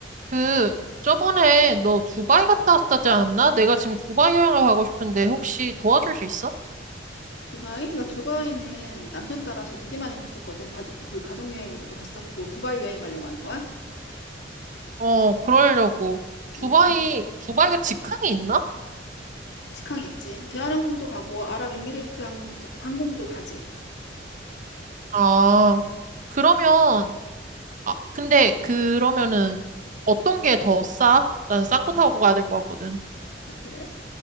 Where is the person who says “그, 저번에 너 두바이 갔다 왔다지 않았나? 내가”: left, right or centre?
Right